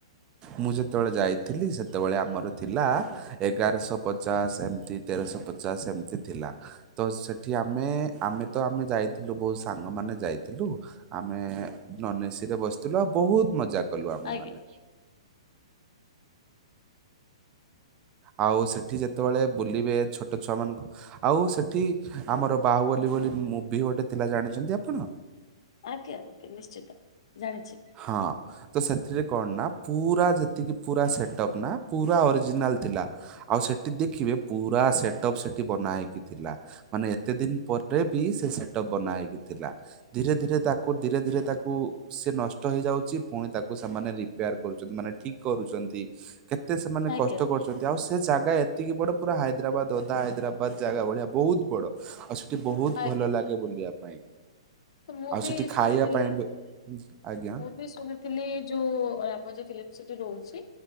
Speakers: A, on the right (about 25°); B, on the left (about 65°).
A: ମୁଁ ଯେତବଳେ ଯାଇଥିଲି ସେତେବେଳେ ଆମର ଥିଲା ଏଗାର ଶହ ପଚାଶ ଏମ୍ତି ତେର ଶହ ପଚାଶ ଏମ୍ତି ଥିଲା। ତ ସେଠି ଆମେ ଆମେ ତ ଆମେ ଯାଇଥିଲୁ ବହୁତ୍ ସାଙ୍ଗମାନେ ଯାଇ ଥିଲୁ। ଆମେ ନନ୍ ଏସିିରେ ବସିଥିଲୁ। ଆଉ ବହୁତ୍ ମଜା କଲୁ ଆମେ
B: ଆଜ୍ଞା।
A: ମାନେ। ଆଉ ସେଠି ଯେତବଳେ ବୁଲିବେ ଛୋଟ ଛୁଆମାନଙ୍କୁ ଆଉ ସେଠି ଆମର ବାହୁବଲି ବୋଲି ମୁଭି ଗୋଟେ ଥିଲା ଜାଣିଛନ୍ତି ଆପଣ।
B: ଆଜ୍ଞା ଆଜ୍ଞା। ନିଶ୍ଚିତ ଜାଣିଛି।
A: ହଁ। ତ ସେଥିରେ କଣ ନାଁ ପୁରା ଯେତିକି ପୁରା ସେଟପ୍ ନାଁ ପୁରା ଅରିଜିନାଲ୍ ଥିଲା। ଆଉ ସେଠି ଦେଖିବେ ପୁରା ସେଟପ୍ ସେଠି ବନା ହେଇକି ଥିଲା। ମାନେ ଏତେ ଦିନ୍ ପରେ ବି ସେ ସେଟପ୍ ବନା ହେଇକି ଥିଲା। ଧିରେ ଧିରେ ତାକୁ ଧିରେ ଧିରେ ତାକୁ ସେ ନଷ୍ ଟ ହେଇଯାଉଚି ପୁଣି ତାକୁ ସେମାନେ ରିପେୟାର କରୁଚନ୍ତି ମାନେ ଠିକ୍ କରୁଚନ୍ତି। କେତେ ସେମାନେ
B: ଆଜ୍ଞା
A: କଷ୍ଟ କରୁଚନ୍ତି। ଆଉ ସେ ଜାଗା ଏତିକି ବଡ ପୁରା ହାଇଦ୍ରାବାଦ୍ ଓଦା ହାଇଦ୍ରାବାଦ୍। ଜାଗା ଭଳିଆ ବହୁତ୍ ବଡ। ଆଉ ସିଠି ବହୁତ୍
B: ଆଜ୍ଞା
A: ଭଲ ଲାଗେ ବୁଲିବା ପାଇଁ।
B: ତ ମୁଁ
A: ଆଉ
B: ବି
A: ସେଠି
B: ଶୁଣିଥିଲି।
A: ଖାଇବା ପାଇଁ ବି ଆଜ୍ଞା।
B: ମୁଁ ବି ଶୁଣିଥିଲି ଯୋଉ ରାବାଜ୍ ଫିଲ୍ମ ସିଟି ରହୁଛି